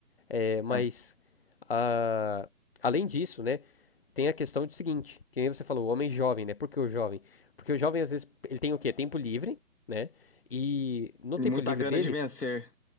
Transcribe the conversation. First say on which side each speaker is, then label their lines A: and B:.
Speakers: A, on the left (about 40°); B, on the left (about 80°).
A: É, mas,
B: É.
A: ah, além disso, né? tem a questão do seguinte, que nem você falou, o homem jovem, né? Por que o jovem? Porque o jovem, às vezes, ele tem o quê? Tempo livre, né? E no
B: E
A: tempo
B: muita
A: livre
B: gana
A: dele,
B: de vencer